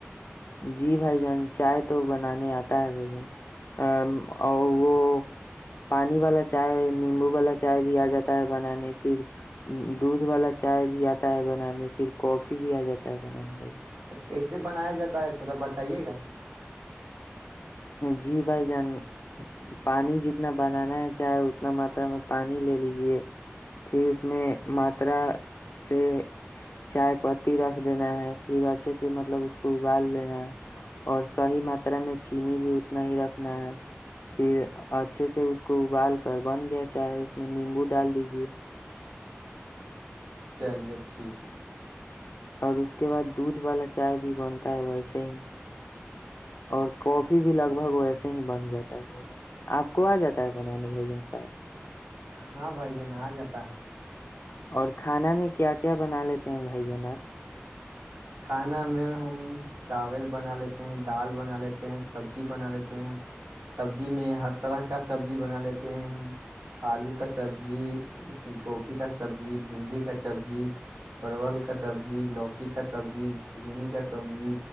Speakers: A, on the left; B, on the right.
A: جی بھائی جان چائے تو بنانے آتا ہے بھائی جان اور وہ پانی والا چائے نیمبو والا چائے بھی آ جاتا ہے بنانے پھر دودھ والا چائے بھی آتا ہے بنانے پھر کافی بھی آ جاتا ہے بنانے بھ
B: تو کیسے بنایا جاتا ہوتا ہے تھوڑا بتائیے گا
A: جی بھائی جان پانی جتنا بنانا ہے چائے اتنا ماترا میں پانی لے لیجے پھر اس میں ماترا سے چائے پتی رکھ دینا ہے پھر اچھے سے مطلب اس کو بال دینا <inaudible> اور صحی ماترا میں چ چینی بھی اتنا ہی رکھنا ہے پھر اچھے سے اس کو ابال کر بن گیا چاہے اس میں نیمبو ڈال دیجے
B: چلیے ٹھیک ہے
A: اور اس کے بعد دودھ والا چائے بھی بنتا ہے ویسے ہی اور کافی بھی لگ بھگ ویسے ہی بن جاتا ہے بھائی آپ کو آ جاتا ہے بنانے بھائی جن چائے
B: ہاں بھائی ج ن آ جاتا ہے
A: اور کھانا میں کیا کیا بنا لیتے ہیں بھائی جان آپ
B: کھانا میں ہم چاول بنا لیتے ہیں دال بنا لیتے ہیں سبزی بنا لیتے ہیں سبزی میں ہر طرح کا سبزی بنا لیتے ہیں ہم آلو کا سبزی گوبھی کا سبزی بھنڈی کا سبزی پرول کا سبزی لوکی کا سب سبزی چگنی کا سبزی